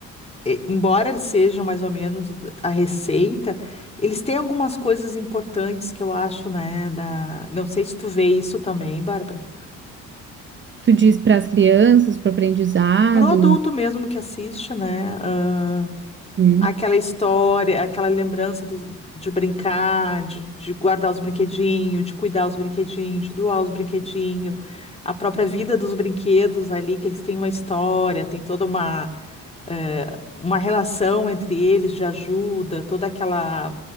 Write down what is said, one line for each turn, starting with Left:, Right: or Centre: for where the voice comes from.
Left: eh, embora eles sejam mais ou menos d- a receita, eles têm algumas coisas importantes que eu acho, né, da... Não sei se tu vê isso também, Bárbara.
Right: Tu diz para as crianças, para o aprendizado.
Left: Pro adulto mesmo que assiste, né? ah,
Right: Uhum.
Left: Aquela história, aquela lembrança dos- de brincar, de, de guardar os brinquedinhos, de cuidar os brinquedinhos, de doar os brinquedinhos, a própria vida dos brinquedos ali, que eles têm uma história, tem toda uma, eh, uma relação entre eles de ajuda, toda aquela